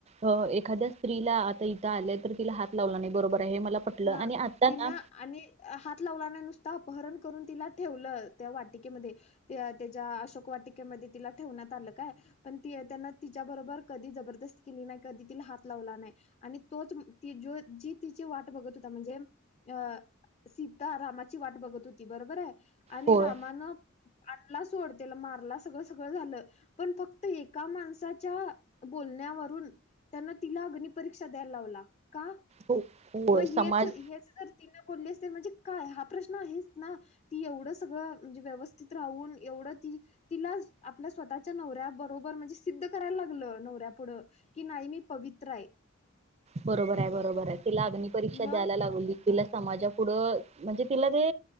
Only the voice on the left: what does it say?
हा
तिनं
आणि हात लावला नाही नुस अपहरण करून तिला ठेवलं त्या वाटिकेमध्ये त्या तेच्या अशोक वाटिकेमध्ये तिला ठेवण्यात आलं काय पण त त्यांना तिच्याबरोबर कधी जबरदस्ती केली नाही, कधी तिला हात लावला नाही, आणि तोच जी ति जिची वाट बघत होता म्हणजे अ सीता रामाची वाट बघत होती बरोबर आय आणि
रामान आणला सोड तेला मारला सगळं सगळं झालं पण फक्त एका माणसाच्या बोलण्यावरून त्यांन तिला अग्निपरीक्षा द्यायला लावला का?
मग
हेच हेच जर तिन बोलली असतील म्हणजे काय हा प्रश्न आहेच ना ती एवढं सगळं म्हणजे व्यवस्थित राहून एवढं ती तिला आपल्या स्वतःच्या नवऱ्या बरोबर म्हणजे सिद्ध करायला लागलं नवऱ्या पुुढं की नाही मी पवित्र आहे.
मग